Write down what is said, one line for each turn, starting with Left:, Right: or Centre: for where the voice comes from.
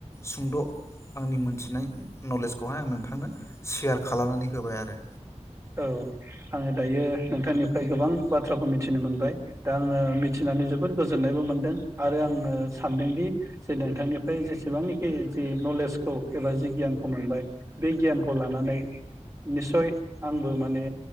Left: सुंद' आंनि मोनथिनाय नलेजखौहाय आं नोंथांनो सेयार खालामनानै होबाय आरो
Right: औ आङो दायो नोंथांनिफ्राय गोबां बाथ्रा बाथ्राखौ मिथिनो मोनबाय दा आङो मिथिनानै जोबोद गोजोननायबो मोनदों आरो आङो सानदोंदि जे नोंथांनिफ्राय जेसेबांनाखि जि नलेजखौ एबा जि गियानखौ मोनबाय बे गियानखौ लानानै निसय आंबो माने